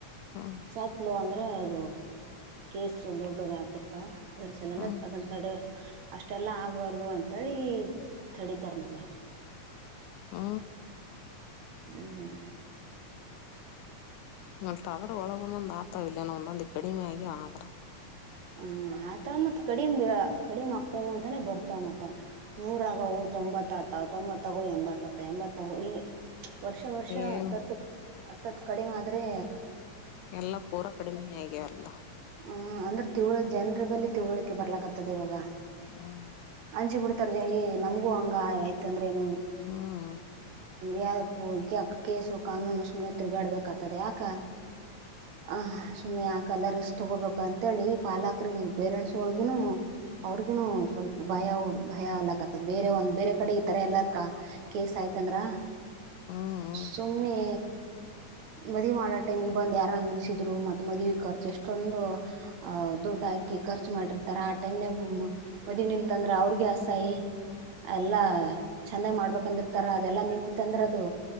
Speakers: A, on the left; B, on the right.
A: ಹ್ಮ್
B: ಸತ್ಲು ಅಂದ್ರೆ ಅದು ಕೇಸ್ ದೊಡ್ಡದ ಆತಿರ್ತಾವ ಅದರ ಸಲ
A: ಹ್ಮ್
B: ಅದೊ ತಡೆ ಅಷ್ಟೆಲ್ಲಾ ಆಗ್ಬಾರ್ದು ಅಂತೇಳಿ ತಡಿತಾರ ನೋಡ
A: ಹ್ಮ
B: ಹ್ಮ್
A: ಮತ್ ಅದ್ರ ಒಳಗೊಂದೊಂದ್ ಆಗ್ತಾವ ಇಲ್ಲನ ಒಂದೊಂದ್ ಕಡಿಮೆ ಆಗಿ ಆದ್ರ
B: ಹ್ಮ ಆತ ಮತ್ ಕಡಿಮ ಕಡಿಮ ಆತದ ಅಂತಾನೆ ಬರ್ತವ ಮತ್ತ ನೂರಗ
A: ಹ್ಮ್
B: ತೊಂಬತ್ತತ್ತ ತೊಂಬತ್ತಾಗೋ ಎಂಬತ್ತತ್ತ ಎಂಬತ್ತಗೋ ಈಗ ವರ್ಷ ವರ್ಷ
A: ಏನ್
B: ಹತ್ತತ್ ಹತ್ತತ್ ಕಡಿಮೆ ಆದ್ರೆ
A: ಎಲ್ಲಾ ಪೂರಾ ಕಡಿಮಿನ ಆಗ ಎಲ್ಲ
B: ಹ ಅಂದರೆ ತಿಳ ಜನರ ಬಲ್ಲಿ ತಿಳುವಳಿಕೆ ಬರ್ಲಕ್ಕಾಗ್ತದೆ ಇವಾಗ
A: ಹ್ಮ
B: ಅಂಚಿ ಬಿಡ್ತಾರ ನಮಗೂ ಹಂಗ ಆಯ್ತ ಅಂದ್ರ ನು
A: ಹ್ಮ್
B: ಯ ಯಾಕ ಕೇಸು ಕಾನೂನು ಸುಮ್ನೆ ತಿರುಗಾಡ್ಬೇಕಾಗತದೆ ಯಾಕ ಹ ಸುಮ್ಮನೆ ಯಾಕಲ್ಲ ರಿಸ್ಕ್ ತಗೋಬೇಕು ಅಂತೇಳಿ ಪಾಲಕ್ರ ಪೇರೆಂಟ್ಸ್ ಒಳಗಿನ ಅವ್ರಿಗನು ಸ್ವಲ್ಪ ಭಯ ಉ ಭಯ ಆಗ್ಲಕ್ ಆತದ ಬೇರೆ ಒಂದ ಬೇರೆ ಕಡೆ ಈತರ ಎಲ್ಲ ಕಾ ಕೇಸ್ ಆಯ್ತಂದ್ರ
A: ಹ್ಮ್
B: ಸುಮ್ನೆ ಮದುವೆ ಮಾಡೋ ಟೈಮಿಗೆ ಬಂದು ಯಾರ ನಿಲ್ಸಿದ್ರು ಮತ್ತ್ ಮದುವೆ ಖರ್ಚು ಎಷ್ಟೊಂದು ಅ ದುಡ್ ಹಾಕಿ ಖರ್ಚು ಮಾಡಿರ್ತಾರ ಆ ಟೈಮ್ನ ಮದುವ ನಿಲ್ತಂದ್ರೆ ಅವ್ರಿಗೆ ಅಸಾಯಿ ಅಲ್ಲಾ ಚಂದಾಗ್ ಮಾಡ್ಬೇಕಂದಿರ್ತಾರ ಅದೆಲ್ಲಾ ನಿಂತತ್ತ ಅಂದ್ರೆ ಅದು